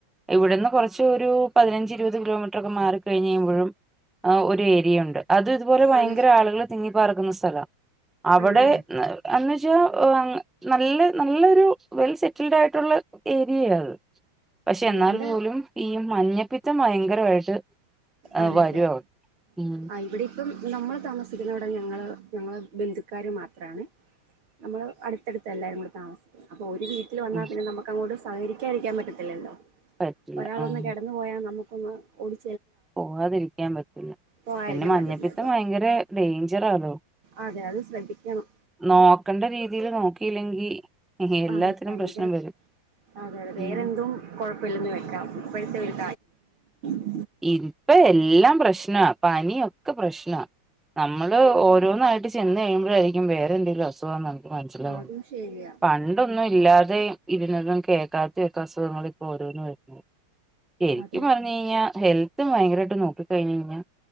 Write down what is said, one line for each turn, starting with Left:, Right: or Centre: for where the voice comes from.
Centre: ഇവിടുന്ന് കൊറച്ച് ഒരു പതിനഞ്ച് ഇരുപത് കിലോമീറ്റർ ഒക്കെ മാറി കഴിഞ്ഞ് കഴിയുമ്പഴും ആ ഒരു ഏരിയ ഉണ്ട് അത് ഇതുപോലെ ഭയങ്കര
Right: ആണ്
Centre: ആളുകൾ തിങ്ങിപ്പാർക്കുന്ന സ്ഥലമാണ് അവിടെന്ന്ച്ചാ
Right: ആണല്ലേ
Centre: <unintelligible> നല്ല നല്ലൊരു വെൽ സെറ്റിൽഡ് ആയിട്ടുള്ള ഏരിയായത് പക്ഷെ
Right: ഓ
Centre: എന്നാൽ
Right: ഇവിടെ
Centre: പോലും ഈ മഞ്ഞപ്പിത്തം ഭയങ്കരായിട്ട് ആ
Right: അതെ
Centre: വരു
Right: അതെ
Centre: അവടെ മ്മ്
Right: ആ ഇവിടെ ഇപ്പം നമ്മൾ താമസിക്കുന്നവിടെ ഞങ്ങള് ഞങ്ങള് ബന്ധുക്കാര് മാത്രാണ് നമ്മള് അടുത്തടുത്ത് എല്ലാരും കൂടി താമസിക്കുന്ന അപ്പൊ ഒരു വീട്ടൽ വന്നാ
Centre: ഉം
Right: പിന്നെ നമുക്ക് അങ്ങോട്ട് സഹകരിക്കാ ഇരിക്കാൻ പറ്റത്തില്ലല്ലോ
Centre: പറ്റില്ല
Right: ഒരാള്
Centre: ആഹ്
Right: ഒന്ന് കെടന്നു പോയാൽ നമുക്കൊന്ന് ഓടി
Centre: പോവാതിരിക്കാൻ പറ്റില്ല
Right: പോകാതിരിക്കാൻ
Centre: പിന്നെ മഞ്ഞപ്പിത്തം
Right: പറ്റത്തില്ല ഇപ്പൊ
Centre: ഭയങ്കര ഡേഞ്ചറാലോ
Right: അതെ അത് ശ്രദ്ധിക്കണം
Centre: നോക്കണ്ട രീതീൽ നോക്കിയില്ലെങ്കി എല്ലാത്തിനും
Right: അതെ ഭയങ്കര
Centre: പ്രശ്നം വരും
Right: അതെ അതെ വേറെന്തും
Centre: ഉം
Right: കൊഴപ്പല്ലെന്ന് വെക്കാം ഇപ്പോഴത്തെ ഒരു <inaudible>
Centre: ഇപ്പ എല്ലാം പ്രശ്ന പനിയൊക്കെ പ്രശ്ന നമ്മള്
Right: അതെ
Centre: ഓരോന്നായിട്ട് ചെന്ന് കഴിയുമ്പോഴായിരിക്കും വേറെ എന്തെങ്കിലും അസുഖാന്ന് നമുക്ക് മനസ്സിലാവുന്നത്
Right: അതും ശരിയാ
Centre: പണ്ടൊന്നും ഇല്ലാതെ ഇരുന്നതും കേൾക്കാത്തൊക്കെ അസുഖങ്ങൾ ഇപ്പോ ഓരോന്നും വരുന്നത് ശെരിക്കും
Right: അതെ
Centre: പറഞ്ഞു കഴിഞ്ഞാൽ ഹെൽത്തും ഭയങ്കരായിട്ട് നോക്ക് കഴിഞ്ഞ് കഴിഞ്ഞാൽ